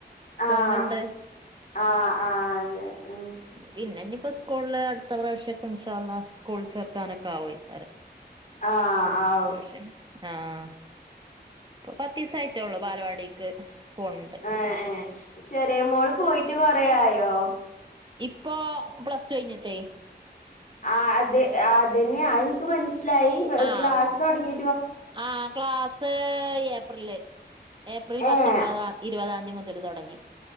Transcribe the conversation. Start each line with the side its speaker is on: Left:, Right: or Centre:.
Right: പോണ്ണ്ട്.
Left: ആഹ് ആഹ് ആഹ് അതെ ഉം
Right: പിന്നെ ഇഞ്ഞ്പ്പോ സ്കൂൾല് അടുത്ത പ്രാവശ്യക്കെ ഇൻഷാ അള്ളാ സ്കൂളിൽ ചേർക്കാനൊക്കെ ആവോയ്ക്കാരം.
Left: ആഹ് ആവും
Right: പ്രാശ്യം ആഹ് ഇപ്പ പത്തീസായിട്ടുള്ളൂ ബാലവാടിക്ക് പോണണ്ട്
Left: ആഹ് ഏഹ് ചെറിയ മോള് പോയിട്ട് കൊറെയായോ?
Right: ഇപ്പോ പ്ലസ് ടു കഴിഞ്ഞിട്ടേ
Left: ആഹ് അത് അതെന്നെ അയിൻക്ക് മൻസ്സിലായി
Right: ആഹ്
Left: ക്ലാസ് തൊട്ങ്ങി
Right: ആഹ് ക്ലാസ് ഏപ്രില്ല് ഏപ്രിൽ പത്തൊമ്പതാം
Left: ഏഹ്
Right: ഇരുവതാം ന്തി മുത ല് തൊടങ്ങി.